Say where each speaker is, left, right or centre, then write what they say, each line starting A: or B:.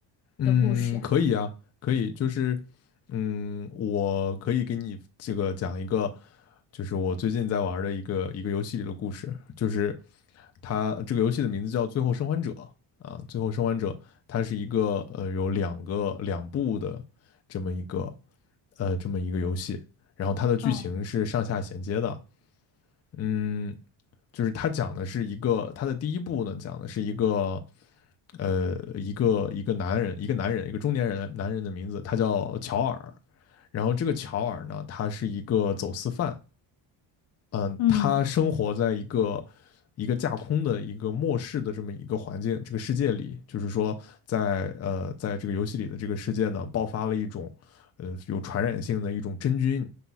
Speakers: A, on the left; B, on the left.
A: 嗯，
B: 的故事呀？
A: 可以啊，可以，就是嗯，我可以给你这个讲一个，就是我最近在玩儿的一个一个游戏里的故事，就是它这个游戏的名字叫《最后生还者》啊，《最后生还者》它是一个呃有两个两部的这么一个呃这么一个游戏，然后它的剧情是上下衔接的，
B: 哦，
A: 嗯，就是它讲的是一个它的第一部呢讲的是一个呃，一个一个男人，一个男人，一个中年人男人的名字，他叫乔尔。然后这个乔尔呢，他是一个走私犯，嗯，
B: 嗯，
A: 他生活在一个一个架空的一个末世的这么一个环境，这个世界里，就是说在呃，在这个游戏里的这个世界呢，爆发了一种呃有传染性的一种真菌，